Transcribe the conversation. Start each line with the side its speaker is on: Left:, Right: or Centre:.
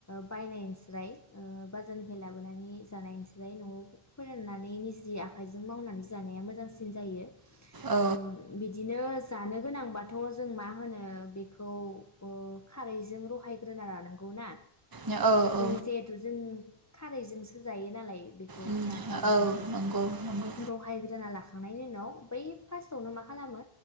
Left: बायनायनिस जाय ओ बाजारनिफ्राय लाबोनानै जानायस जाय न'आव फोराननानै निज्रि आखाइजों मावनानै जानाया मोजांसिन जायो।
Right: औ
Left: उम बिदिनो जानो गोनांबाथ' जों मा होनो बेखौ खारैजों रहायग्रोना लानांगौ ना।
Right: औ औ औ
Left: जों जिहेथु' जों खारैजोंसो जायो नालाय। बेखौ
Right: उम
Left: नारजि ओंख्रिखौ
Right: औ नंगौ नंगौ
Left: रहायग्रोना लाख थांनायनि उनाव बै फार्स्टआवनो मा खालामो